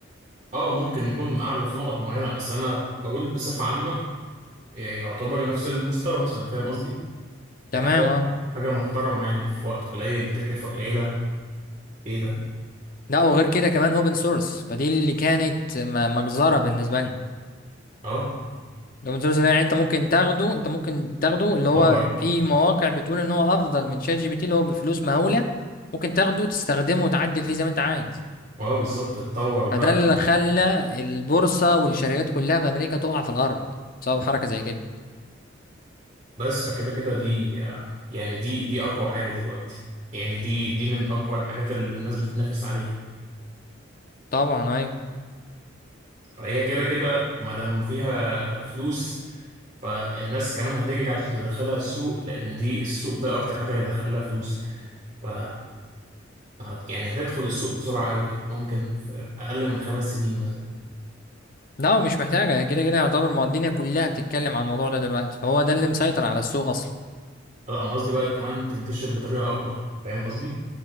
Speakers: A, on the right; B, on the left.
A: اه ممكن يكون اعلى في نقط معينة بس انا بقول بصفة عامة يعتبر نفس المستوى مثلا فاهم قصدي دي
B: تمام
A: حاجة
B: اه
A: حاجة محترمة يعني في وقت قليل بتكلفة قليلة ايه ده
B: لا وغير كده كمان اوبن سورس فدي اللي كانت م- مجزره بالنسبه لنا
A: اه
B: الاوبن سورس ده يعني انت ممكن تاخده انت ممكن تاخده اللي هو
A: اتطورت
B: في مواقع بتقول ان هو افضل من شات جي بي تي اللي هو بفلوس مهوله ممكن تاخده تستخدمه وتعدل فيه زي ما انت عايز
A: اه بالظبط اتطور بقى
B: فده اللي خلى البورصه والشركات كلها في امريكا تقع في الارض بسبب حركه زي كده
A: بس فكده كده دي آه، يعني دي دي اقوى حاجة دلوقتي يعني دي دي من اقوى الحاجات اللي الناس بتتنافس عليها
B: طبعا ايوه
A: فهي كده كده ما دام فيها فلوس فالناس كمان هتجري عشان تدخلها السوق لأن دي السوق ده أكتر حاجة هيدخلها فلوس ف هت- يعني هتدخل السوق بسرعة قوي يعني ممكن في أقل من خمس سنين مثلا
B: لا هو مش محتاجة كده كده يعتبر ما هو الدنيا كلها بتتكلم عن الموضوع ده دلوقتي فهو ده اللي مسيطر على السوق أصلا
A: لا أنا قصدي بقى كمان تنتشر بطريقة أكبر فاهم قصدي؟